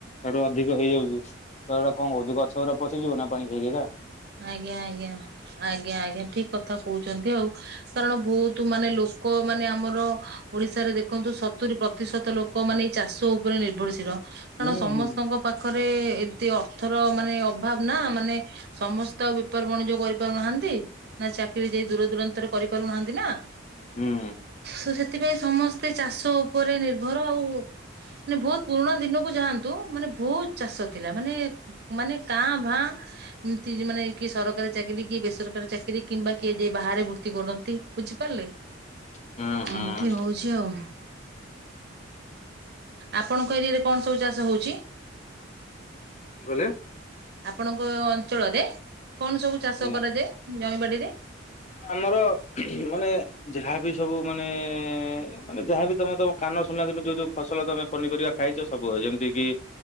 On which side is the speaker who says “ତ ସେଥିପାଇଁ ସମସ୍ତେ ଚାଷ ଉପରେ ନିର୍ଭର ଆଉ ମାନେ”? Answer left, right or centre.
Right